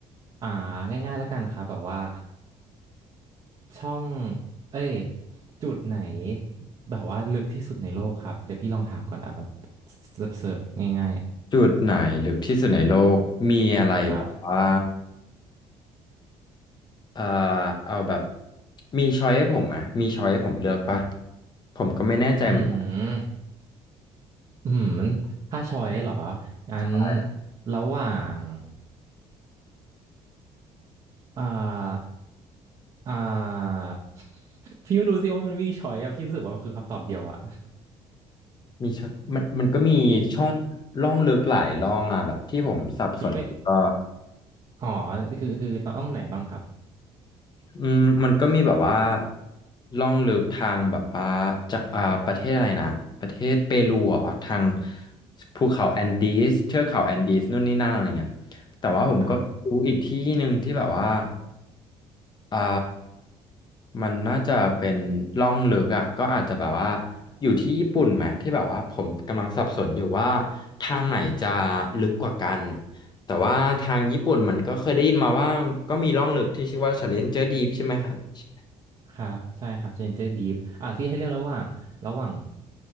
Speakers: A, on the right; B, on the left.
A: อ่าง่ายๆแล้วกันนะครับแบบว่าช่องเอ้ยจุดไหนแบบว่าลึกที่สุดในโลกครับเดี๋ยวพี่ลองถามก่อนอ่ะแบบเสิร์ฟเสิร์ฟง่าย
B: จุดไหนลึกที่สุดในโลกมีอะไรแบบว่า
A: ๆครับ
B: เอ่อเอาแบบมีช้อยให้ผมไหมมีช้อยให้ผมเลือกปะผมก็ไม่แน่ใจเหมือนกัน
A: อืมอืมถ้าชอยเหรองั้น
B: ใช่
A: ระหว่างอ่าอ่าพี่ไม่รู้สิว่ามันมีชอยอะพี่รู้สึกว่ามันคือคำตอบเดียวอะ
B: มี choice มันมันก็มีช่องร่องลึกหลายร่องอ่ะแบบที่ผมสับสนก็
A: <laughs> ที่ไม่อ๋อคือคือเราต้องไหนบ้างครับ
B: อืมมันก็มีแบบว่าล่องลึกทางแบบว่าจะอ่าประเทศอะไรนะประเทศเปรูอ่ะทางภูเขาแอนดีสเทือกเขาแอนดีสนู่นนี่นั่นอะไรเงี้ยแต่ว่าผมก็รู้อีกที่หนึ่งที่แบบว่า
A: อ่า
B: อ่ามันน่าจะเป็นล่องลึกอ่ะก็อาจจะแบบว่าอยู่ที่ญี่ปุ่นไหมที่แบบว่าผมกำลังสับสนอยู่ว่าทางไหนจะลึกกว่ากัน แต่ว่าทางญี่ปุ่นเหมือนก็เคยได้ยินมาว่าก็มีร่องลึกที่ชื่อว่า Challenger Deep ใช่ไหมครับชิ
A: ครับใช่ครับ Stranger Deep อ่ะพี่ให้เลือกระหว่างระหว่าง